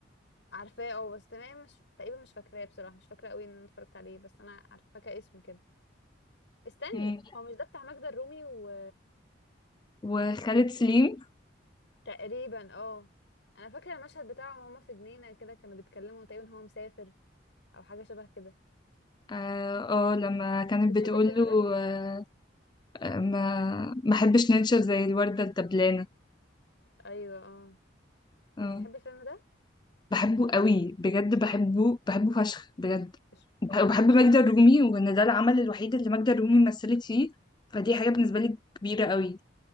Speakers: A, on the left; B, on the left.
A: عارفاه اه بس تمام مش تقريبا مش فاكراه بصراحه مش فاكره قوي ان انا اتفرجت عليه بس انا عارفاه كاسم كده استني
B: مم.
A: هو مش ده بتاع ماجدة الرومي و
B: وخالد سليم
A: تقريبا اه انا فاكره المشهد بتاعهم وهما في جنينه كده كانوا بيتكلموا تقريبا هو مسافر او حاجه شبه كده
B: اه آه، لما كانت
A: انت بتحبي
B: بتقول
A: الفيلم
B: له
A: ده
B: آه آه، ما ما احبش ننشف زي الوردة الدبلانة
A: ايوه اه
B: اه
A: انت بتحبي الفيلم ده
B: بحبه قوي بجد بحبه بحبه فشخ بجد
A: إش-
B: وبح-
A: اشمعنى
B: وبحب ماجدة الرومي وان ده العمل الوحيد اللي ماجدة الرومي مثلت فيه فدي حاجة بالنسبة لي كبيرة قوي